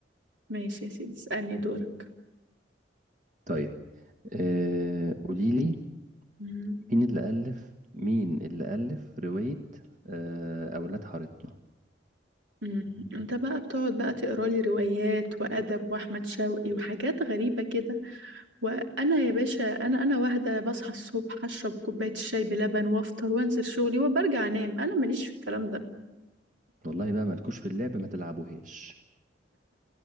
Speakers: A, on the right (about 90°); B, on the right (about 45°).
A: ماشي يا سيدي اسألني دورك
B: طيب آه قولي لي
A: مم.
B: مين اللي ألف مين اللي ألف رواية آه أولاد حارتنا
A: مم. انت بقى بتقعد بقى تقرا لي روايات وادب واحمد شوقي وحاجات غريبه كده وانا يا باشا انا انا واحده بصحى الصبح اشرب كوبايه الشاي بلبن وافطر وانزل شغلي وبرجع انام انا ماليش في الكلام ده
B: والله بقى مالكوش في اللعب ما تلعبوهاش